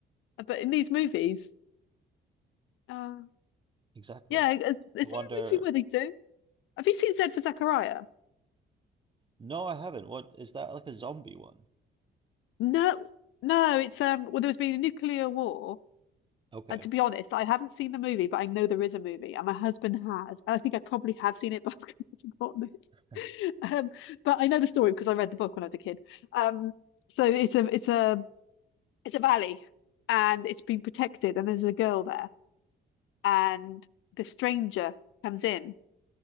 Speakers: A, on the left; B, on the right.
A: But in these movies, uh,
B: Exactly.
A: yeah, is, is there
B: I
A: a
B: wonder.
A: movie where they do? Have you seen Zed for Zachariah?
B: No, I haven't. What is that like a zombie one?
A: No, no. It's um. Well, there was been a nuclear war,
B: Okay.
A: and to be honest, I haven't seen the movie, but I know there is a movie, and my husband has. And I think I probably have seen it, but I've <laughs> forgotten it.
B: <laughs>
A: Um, but I know the story because I read the book when I was a kid. Um, so it's a it's a it's a valley and it's been protected and there's a girl there and the stranger comes in